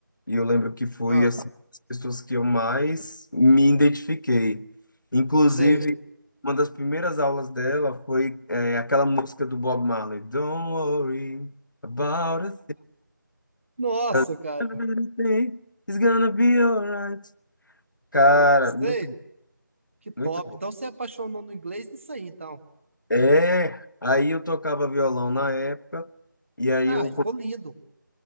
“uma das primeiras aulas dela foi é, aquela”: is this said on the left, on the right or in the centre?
Left